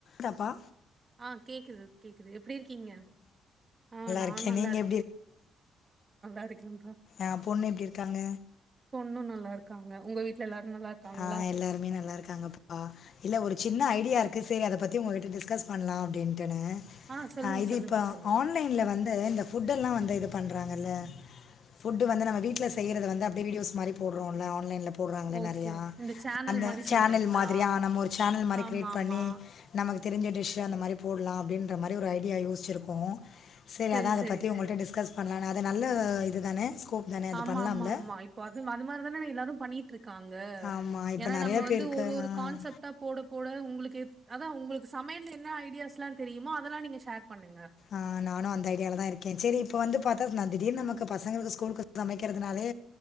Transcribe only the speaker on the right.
ஆஹ் கேக்குது கேக்குது எப்டி இருக்கீங்க ஆஹ் நானும்
நல்லா
இரு எக்ஸாம்கு
பொண்ணு நல்லா இருக்காங்க உங்க வீட்ல எல்லாரு நல்லா இருக்காங்களா
ஆ சொல்லுங்க
சொல்லுங்க
சொல்லுங்க
ஓகே
இந்த சேனல்
மாரி
சொல்றீங்களா
ஆமா
ஆமா
செரி
செரி
செரி
ஆமா
ஆமா ஆமா இப்போ அது அது மாதிரி தானே எல்லாரும் பண்ணிட்டு இருக் இருக்காங்க
ஏன்னா
நம்ம வந்து
ஒரு ஒரு
கான்செப்ட்டா போட போட உங்களுக்கு அதான் உங்களுக்கு சமையல என்ன ஐடியாஸ் எல்லா தெரியுமோ அதெல்லா நீங்க ஷேர் பண்ணுங்க